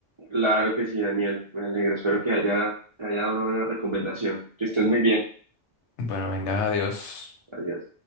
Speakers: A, on the right; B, on the left.
A: Claro que sí, Daniel. Me alegra. Espero que haya, te haya dado una buena recomendación. Que estés muy bien.
B: Bueno, venga, adiós.
A: Adiós.